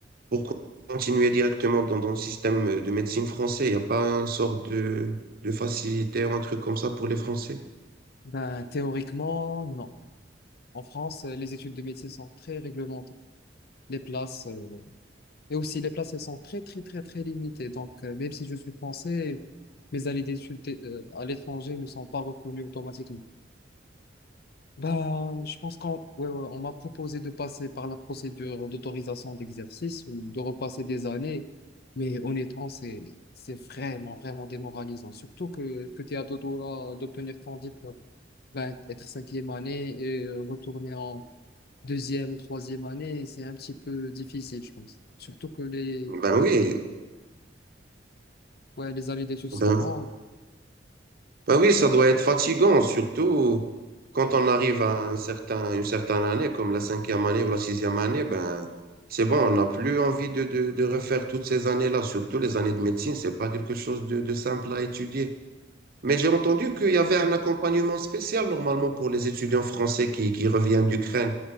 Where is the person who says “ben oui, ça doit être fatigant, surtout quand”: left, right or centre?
Right